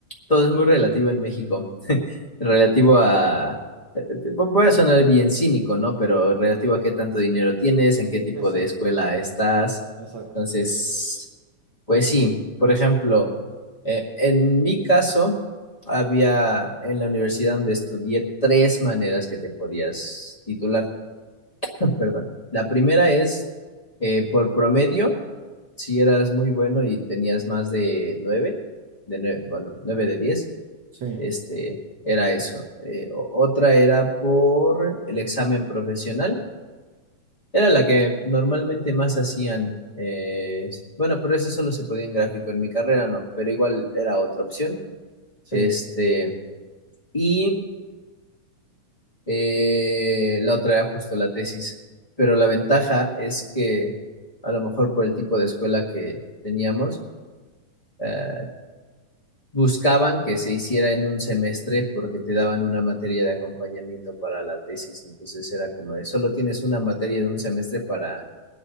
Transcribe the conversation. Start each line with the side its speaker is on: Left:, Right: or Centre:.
Left: todo es muy relativo en México, relativo a, eh, voy a sonar bien cínico, ¿no? Pero relativo a qué tanto dinero tienes, en qué tipo
Right: Sí, sí,
Left: de escuela estás.
Right: exacto.
Left: Entonces, pues sí, por ejemplo, eh, en mi caso, había en la universidad donde estudié tres maneras que te podías titular. <laughs> Perdón. La primera es eh, por promedio si eras muy bueno y tenías más de nueve, de nueve, bueno, nueve de diez,
Right: Sí,
Left: este, era eso. Eh, o- otra era por el examen profesional, era la que normalmente más hacían. eh, bueno, pero eso solo se podía en gráfico, en mi carrera no, pero igual era otra opción.
Right: sí.
Left: Este, y eh, la otra era justo la tesis, pero la ventaja es que a lo mejor por el tipo de escuela que teníamos, eh, buscaban que se hiciera en un semestre porque te daban una materia de acompañamiento para la tesis, entonces era como de solo tienes una materia de un semestre para